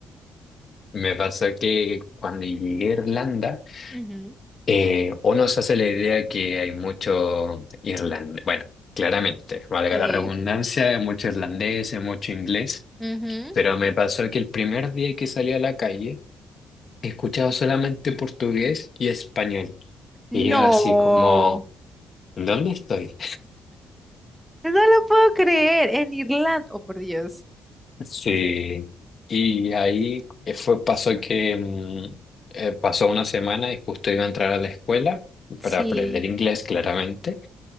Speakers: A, on the left; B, in the centre.
A: Me pasó que cuando llegué a Irlanda,
B: ujú,
A: eh, uno se hace la idea que hay mucho irlandés, bueno, claramente, valga
B: eh,
A: la redundancia, mucho irlandés, mucho inglés,
B: ujú,
A: pero me pasó que el primer día que salí a la calle, he escuchado solamente portugués y español.
B: No.
A: Y yo así como, ¿dónde estoy?
B: No lo puedo creer. En Irlanda. Oh, por Dios.
A: Sí, y ahí fue, pasó que mm, eh, pasó una semana y justo iba a entrar a la escuela
B: Sí,
A: para aprender inglés claramente,